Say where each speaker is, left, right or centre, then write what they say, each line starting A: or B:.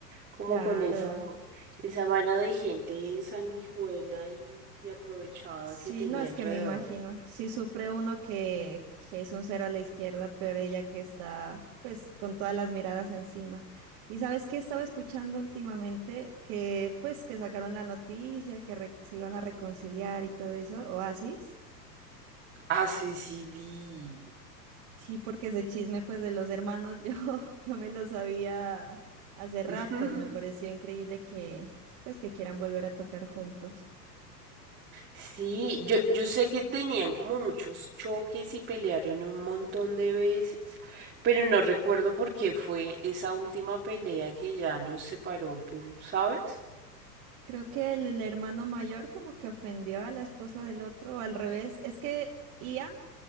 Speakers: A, on the right; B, on the right.
A: como
B: Claro.
A: con esa, esa mano de gente sanguijuela y, y aprovechada
B: Sí,
A: que tenía
B: no es
A: alrededor.
B: que me imagino. Si sufre uno que, que es un cero a la izquierda, pero ella que está pues con todas las miradas encima. Y sabes qué estaba escuchando últimamente que pues que sacaron la noticia que re- se iban a reconciliar y todo eso, Oasis.
A: Ah, <laughs> sí, sí, vi.
B: Sí, porque ese chisme pues de los hermanos yo <laughs> yo me lo sabía hace ratos,
A: <laughs>
B: me pareció increíble que pues que quieran volver a tocar juntos.
A: Sí, yo, yo sé que tenían como muchos choques y pelearon un montón de veces, pero no recuerdo por qué fue esa última pelea que ya los separó, ¿tú sabes?
B: Creo que el, el hermano mayor como que ofendió a la esposa del otro, o al revés. Es que Ian,